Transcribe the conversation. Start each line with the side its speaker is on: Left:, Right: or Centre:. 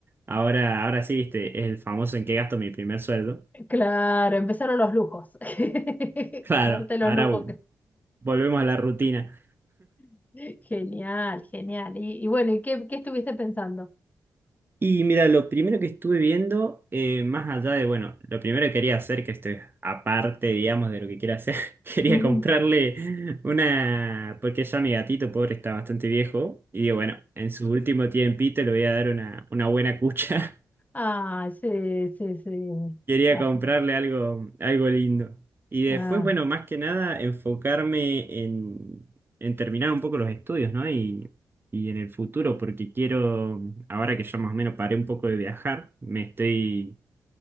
Right: ahora, ahora sí, viste, es el famoso en qué gasto mi primer sueldo. <laughs>
Left: claro, empezaron los lujos. <laughs>
Right: Claro,
Left: A Darte los
Right: ahora
Left: lujos.
Right: uh,
Left: que-
Right: volvemos a la rutina.
Left: <laughs> Genial, genial. Y, y bueno, ¿y qué, qué estuviste pensando?
Right: Y mira, lo primero que estuve viendo, eh, más allá de, bueno, lo primero que quería hacer, que esto es aparte, digamos, de lo que quiero hacer, <laughs> quería
Left: <laughs> Ujú.
Right: comprarle una, porque ya mi gatito pobre está bastante viejo, y digo, bueno, en su último tiempito le voy a dar una, una buena cucha,
Left: Ah, ah, sí, sí, sí.
Right: <laughs> quería
Left: Ah,
Right: comprarle algo, algo lindo. Y después,
Left: ah.
Right: bueno, más que nada, enfocarme en, en terminar un poco los estudios, ¿no? Y, y en el futuro, porque quiero, ahora que ya más o menos paré un poco de viajar, me estoy